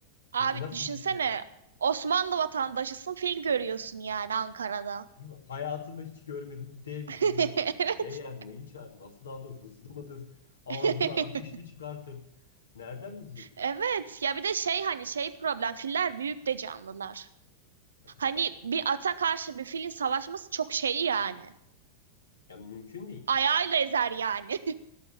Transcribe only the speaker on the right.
Abi
düşünsene
Osmanlı vatandaşısın fil görüyorsun yani Ankara'da.
<laughs>
Evet.
<laughs>
Evet ya bir de şey hani şey problem filler büyük de canlılar.
Hani
bir ata karşı bir filin savaşması çok şey yani.
Ayağıyla ezer yani. <laughs>